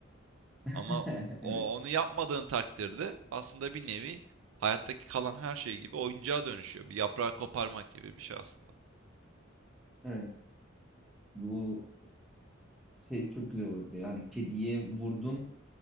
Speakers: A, in the centre; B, on the right.
A: <laughs>
B: Ama o,
A: Evet.
B: onu yapmadığın takdirde aslında bir nevi hayattaki kalan her şey gibi oyuncağa dönüşüyor. Bir yaprağı koparmak gibi bir şey aslında.
A: Evet. Bu e, şey çok güzel olurdu. Yani kediye vurdun